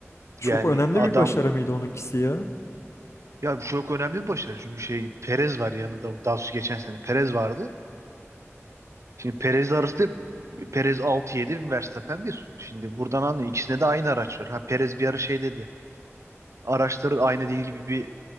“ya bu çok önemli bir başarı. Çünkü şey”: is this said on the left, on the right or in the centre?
Right